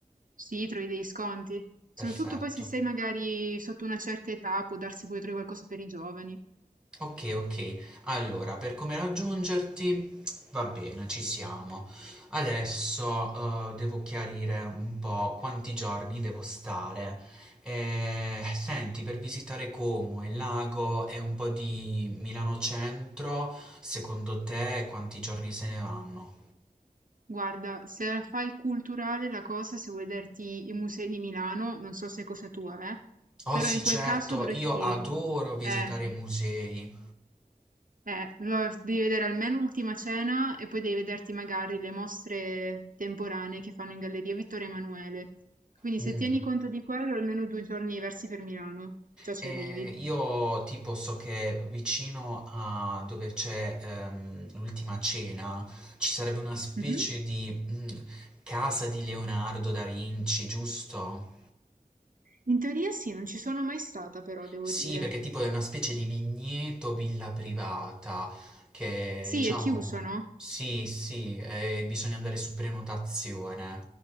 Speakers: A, on the right (about 65°); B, in the centre.
A: Sì, trovi degli sconti. Soprattutto
B: Perfetto.
A: poi se sei magari sotto una certa età, può darsi pure trovi qualcosa per i giovani.
B: Ok, ok. Allora, per come raggiungerti, va bene, ci siamo. Adesso, eh, devo chiarire un po' quanti giorni devo stare. Eh, senti, per visitare Como e il lago e un po' di Milano Centro, secondo te quanti giorni se ne vanno?
A: Guarda, se la fai culturale la cosa, se vuoi vederti i musei di Milano, non so se è cosa tua, eh,
B: Oh
A: però
B: sì,
A: in quel
B: certo,
A: caso dovresti...
B: io adoro visitare
A: Eh,
B: i musei.
A: Eh, lo- devi vedere almeno Ultima Cena e poi devi vederti magari le mostre temporanee che fanno in Galleria Vittorio Emanuele. Quindi
B: Mm.
A: se tieni conto di quello, almeno due giorni diversi per Milano, già ci
B: Eh,
A: arrivi.
B: io tipo so che vicino a dove c'è ehm, l'ultima cena ci sarebbe una specie
A: Mhm.
B: di mm, casa di Leonardo da Vinci, giusto?
A: In teoria sì, non ci sono mai stata però, devo
B: Sì,
A: dire.
B: perché tipo è una specie di vigneto villa privata che
A: Sì,
B: diciamo
A: è chiuso, no?
B: sì, sì, eh, bisogna andare su prenotazione.